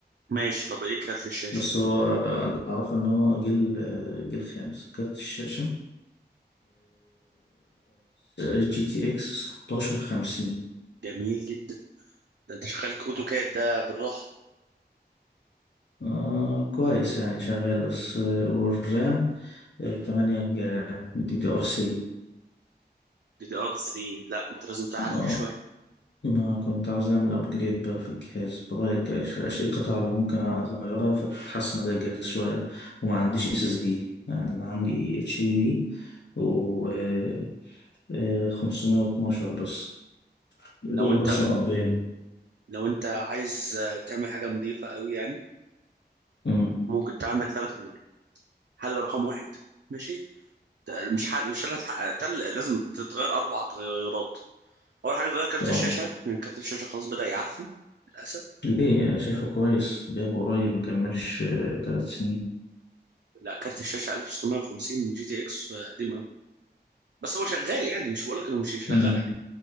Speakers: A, on the right (about 80°); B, on the left (about 80°).
A: ماشي طب ايه كارت الشاشه
B: بس هو اللي أعرفه إن هو جيل جيل خامس كارت الشاشة جي تي إكس 1650
A: جميل جدا ده انت شغالك اوتوكاد ده بالراحه
B: آه كويس يعني شغال بس آه، والرام آه، تمانية جيجا دي دي ار سي
A: دي دي ار 3 لا انت لازم تعلي
B: اه
A: شويه
B: أنا كنت عاوز أعمل أبجريد بقى في الجهاز برأيك إيش إيش القطع اللي ممكن أغيرها فتحسن ده الجهاز شوية وما عنديش اس اس دي يعني أنا عندي اتش دي دي و آه، آه، 512 بس دول
A: لو انت
B: بس مقضيين
A: لو انت عايز آه، تعمل حاجه نظيفه قوي يعني
B: أمم.
A: ممكن انت عندك ثلاث حلول حل رقم واحد ماشي ت- مش حل مش ثلاث تل لازم تتغير اربع تغيرات اول حاجه اتغير كارت
B: طب
A: الشاشه لان كارت الشاشه خلاص بدا يعفن للاسف
B: ليه شايفه كويس جايبه قريب مكملش آه، تلات سنين
A: لا كارت الشاشه 1650 جي تي اكس آه، قديم قوي بس هو شغال يعني مش بقولك انه مش هيشغلك
B: أمم.